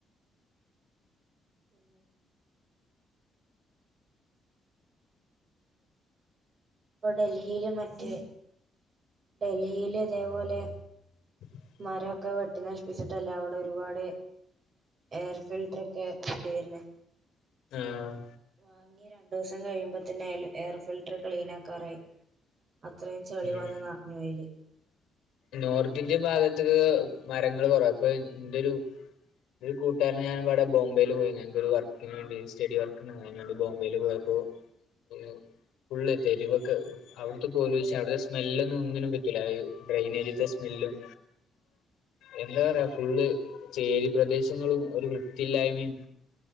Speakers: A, on the right; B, on the left.
A: പിന്നെ ഇപ്പൊ ഡൽഹിയില് മറ്റേ ഡൽഹിയില് ഇതേപോലെ
B: <inaudible>
A: മാരൊക്കെ വെട്ടി നശിപ്പിച്ചിട്ടല്ലേ അവിടെ ഒരുപാട് എയർ ഫിൽട്ടർ ഒക്കെ വേണ്ടി വരണ
B: ആഹ്
A: വാങ്ങി രണ്ടു ദിവസം കഴിയുമ്പോത്തനായാും എയർ ഫിൽട്ടർ ക്ലീൻ ആക്കാറായി അത്രയും ചെളി
B: ഉം
A: വന്നു നിഞ്ഞു ആയില്
B: നോർത്ത് ഇന്ത്യൻ ഭാഗത്തക്ക് മരങ്ങൾ കുറവ അപ്പൊ എന്റെ ഒരു ഇ കൂട്ടുകാര ഞാാനവി ബംബയി പോയി എനക്ക് ഒരു വർക്കിന് വേണ്ടി സ്റ്റഡി വർക്ക ഉണ്ട് അതിന് വേി ബോംബെയിൽ പോയപ്പോൾ <unintelligible> ഫുള്ളള് തെരുവൊക്കെ അവിടുത്തെ പോല അവിടുടെ സ്മെല്ലൊന്നും ഒന്നിനും പറ്റില്ല അത് ഡ്രെനേജിന്റെ സ്മെല്ലും എന്താ പറയാ ഫുള്ള് ചേരി പ്രദേശങ്ങളും ഒരു വൃത്തിയില്ലായ്മയും